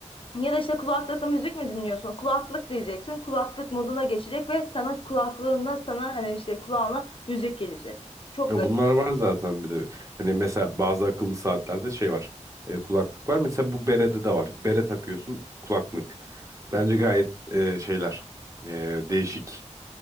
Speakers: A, on the left; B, on the right.
A: Ya da işte kulaklıkla müzik mi dinliyorsun? Kulaklık diyeceksin. Kulaklık moduna geçecek ve sana kulaklığında sana hani işte kulağına müzik gelecek. Çok
B: Ya
A: garip.
B: bunlar var zaten bir de. Hani mesela bazı akıllı saatlerde şey var. e, kulaklık var. Mesela bu berede de var. Bere takıyorsun kulaklık. Bence gayet e, şeyler. e, değişik